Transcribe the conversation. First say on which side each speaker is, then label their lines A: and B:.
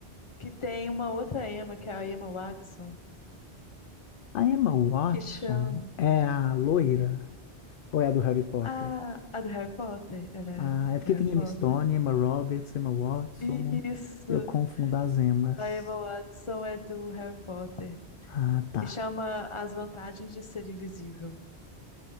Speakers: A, on the left (about 30°); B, on the left (about 60°).
A: Que tem uma outra Emma, que é a Emma Watson,
B: A Emma Watson
A: que chama.
B: é a loira ou é a do Harry Potter?
A: Ah, a do Harry Potter. Era ela,
B: Ah, é porque
A: do Harry
B: tem Emma
A: Potter.
B: Stone, Emma Roberts, Emma Watson.
A: Isso!
B: Eu confundo as Emmas.
A: A Emma Watson é do Harry Potter.
B: Ah, tá.
A: E chama As Vantagens de Ser Invisível.